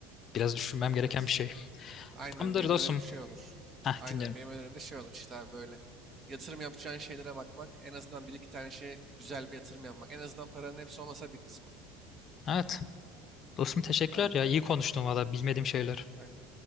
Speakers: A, on the left; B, on the right.
A: Biraz düşünmem gereken
B: Evet.
A: bir şey.
B: Aynen
A: Tamamdır
B: benim
A: dostum.
B: de önerim şey olur.
A: Hah
B: Aynen
A: dinliyorum.
B: benim önerim de şey olur işte abi böyle yatırım yapacağın şeylere bakmak. En azından bir iki tane şeye güzel bir yatırım yapmak. En azından paranın hepsi olmasa bir kısmı.
A: Evet. Dostum teşekkürler
B: Aynen.
A: ya. İyi konuştun valla bilmediğim şeyler.
B: Aynen.